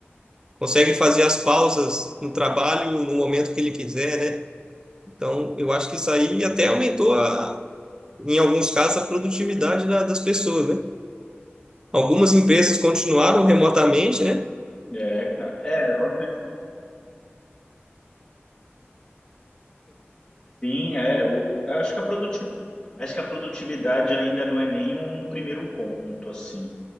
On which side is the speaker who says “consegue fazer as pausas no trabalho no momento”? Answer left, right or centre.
Right